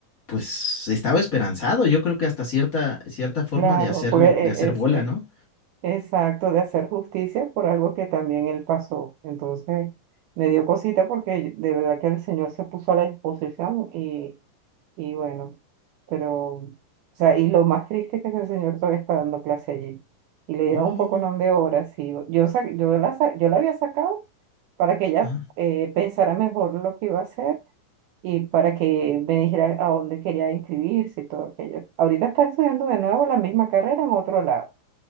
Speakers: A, on the left; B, on the right.
A: pues estaba esperanzado, yo creo que hasta cierta, cierta forma
B: claro,
A: de hacer,
B: porque e-
A: de hacer
B: es,
A: bola,
B: e,
A: ¿no?
B: Exacto, de hacer justicia por algo que también él pasó. Entonces, me dio cosita porque de verdad que el Señor se puso a la disposición y, y bueno, pero, o sea, y lo más triste es que el Señor todavía está dando clase allí. Y le dieron
A: Oh,
B: un poco de horas y yo, sa- yo, la, sa- yo la había sacado para que ella
A: Ajá.
B: eh, pensara mejor lo que iba a hacer y para que me dijera a dónde quería inscribirse y todo aquello. Ahorita está estudiando de nuevo la misma carrera en otro lado